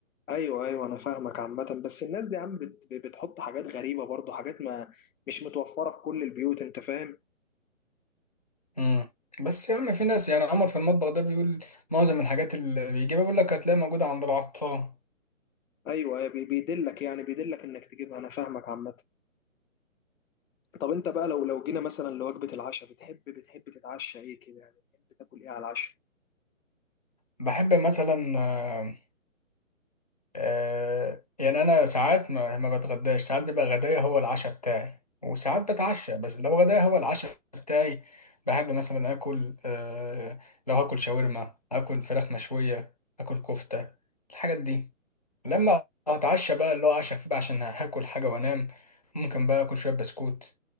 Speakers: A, on the left; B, on the left.
A: ايوه ايوه انا فاهمك عامه بس الناس دي يا عم بت- بتحط حاجات غريبه برضو حاجات ما مش متوفره في كل البيوت انت فاهم
B: مم. بس يا عم في ناس يعني عمر في المطبخ ده بيقول معظم الحاجات اللي بيجيبها بيقول لك هتلاقيها موجودة عند العطار
A: ايوه أيوة، بي- بيدلك يعني بيدلك انك تجيبها انا فاهمك عامه طب انت بقى لو لو جينا مثلا لوجبه العشاء بتحب بتحب تتعشى ايه كده يعني بتحب تاكل ايه على العشاء
B: بحب مثلا آه، آه، يعني انا ساعات ما ما بتغداش ساعات بيبقى غدايا هو العشاء بتاعي وساعات بتعشى بس لو غدايا هو العشاء بتاعي بحب مثلا اكل آه، لو هاكل شاورما اكل فراخ مشوية اكل كفتة الحاجات دي لما اتعشى بقى اللي هو عشاء خفيف عشان هاكل حاجة وانام ممكن بقى اكل شوية بسكوت